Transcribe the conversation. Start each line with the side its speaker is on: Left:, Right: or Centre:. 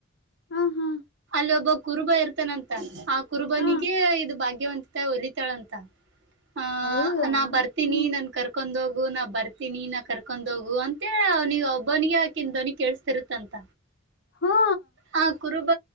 Left: ಹಾ ಹಾ
Right: ಇಲ್ಲಿ ಒಬ್ಬ ಕುರುಬ ಇರ್ತಾನಂತ ಆ ಕುರುಬನಿಗೆ
Left: ಹಾ
Right: ಇದು ಭಾಗ್ಯವಂತಿತ ಹೊಲಿತಾಳಂತ ಹ
Left: ಹೌದಾ
Right: ನಾ ಬರ್ತೀನಿ
Left: ಹ್ಮ್
Right: ನನ್ ಕರ್ಕೊಂಡ ಹೋಗ ು ನಾ ಬರ್ತೀನಿ ನಾ ಕರ್ಕೊಂಡ್ ಹೋಗು ಅಂತ ಅವ್ನಿಗೆ ಒಬ್ಬವನಿಿಗೆ ಆಾಕನ್ವನಿ ಕೇಿಸಸ್ತಿರುತ್ತಂತ
Left: ಹಾ
Right: ಹ ಕುರುಬ